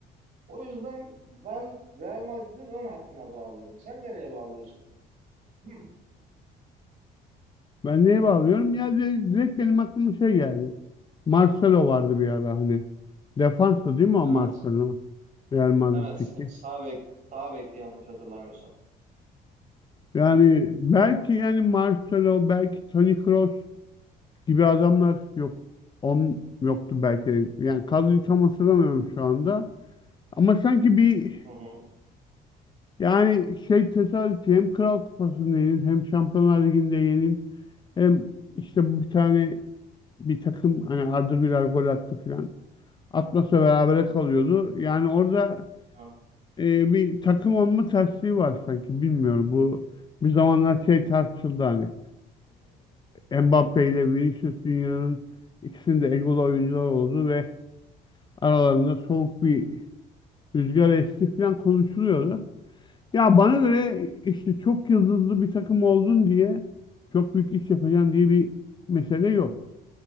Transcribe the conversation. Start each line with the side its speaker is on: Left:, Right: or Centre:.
Right: O yüzden ben Real Madrid'in ön hattına bağlıyorum. Sen nereye bağlıyorsun? <clears throat>
Left: Ben neye bağlıyorum? Ya di- direkt benim aklıma şey geldi. Marcelo vardı bir ara hani. Defanstı değil mi o
Right: Evet.
Left: Marcelo? Real Madrid'deki.
Right: Evet, sağ bek sağ bekti yanlış hatırlamıyorsam.
Left: Yani belki yani Marcelo, belki Toni Kroos gibi adamlar yok. On yoktu belki. Yani kadroyu tam hatırlamıyorum şu anda. Ama sanki bir
Right: Hı hı.
Left: yani şey tesadüfi hem Kral Kupası'nda yenil hem Şampiyonlar Ligi'nde yenil hem işte bu bir tane bir takım hani Arda Güler gol attı filan. Atmasa berabere
Right: Hı hı.
Left: kalıyordu. Yani orada
Right: Evet,
Left: e, bir takım olma tersliği var sanki. Bilmiyorum bu bir zamanlar şey tartışıldı hani. E, Mbappe ile Vinicius dünyanın İkisinin de egolu oyuncular oldu ve aralarında soğuk bir rüzgar esti falan konuşuluyordu. Ya bana göre
Right: evet,
Left: işte çok yıldızlı bir takım oldun diye çok büyük iş yapacaksın diye bir mesele yok.